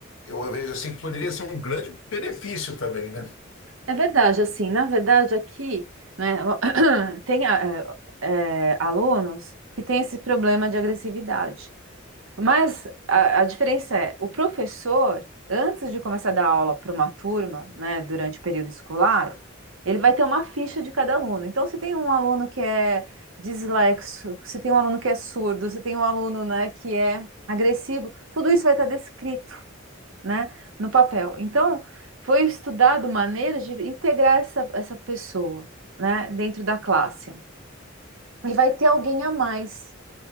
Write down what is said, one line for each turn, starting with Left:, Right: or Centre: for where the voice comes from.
Left: eu vejo assim que poderia ser um grande benefício também, né?
Right: é verdade, assim, na verdade aqui, né, <clears throat> tem ah, eh, eh, alunos que têm esse problema de agressividade. Mas a, a diferença é, o professor, antes de começar a dar aula para uma turma, né, durante o período escolar, ele vai ter uma ficha de cada aluno. Então, se tem um aluno que é dislexo, se tem um aluno que é surdo, se tem um aluno, né, que é agressivo, tudo isso vai estar descrito, né, no papel. Então, foi estudado maneiras de integrar essa, essa pessoa, né, dentro da classe. E vai ter alguém a mais